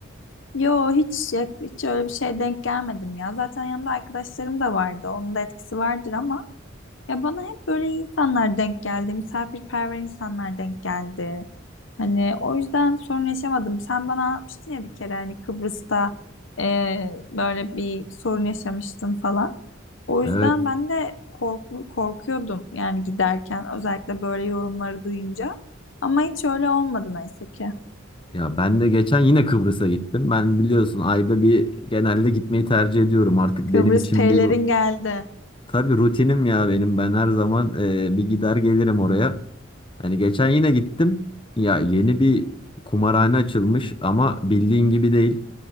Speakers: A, on the left; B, on the left.
A: Yo hiç hiç öyle bir şeye denk gelmedim ya. Zaten yanımda arkadaşlarım da vardı. Onun da etkisi vardır ama Ya bana hep böyle insanlar denk geldi, misafirperver insanlar denk geldi. Hani o yüzden sorun yaşamadım. Sen bana anlatmıştın ya bir kere hani Kıbrıs'ta e, böyle bir sorun yaşamıştın falan. O
B: Evet
A: yüzden ben de korku, korkuyordum yani giderken özellikle böyle yorumları duyunca. Ama hiç öyle olmadı neyse ki.
B: ya ben de geçen yine Kıbrıs'a gittim. Ben biliyorsun ayda bir genelde gitmeyi tercih ediyorum. Artık
A: Kıbrıs
B: benim için
A: perilerin
B: bir
A: geldi.
B: Tabii rutinim ya benim. Ben her zaman e, bir gider gelirim oraya. Hani geçen yine gittim. Ya yeni bir kumarhane açılmış ama bildiğin gibi değil.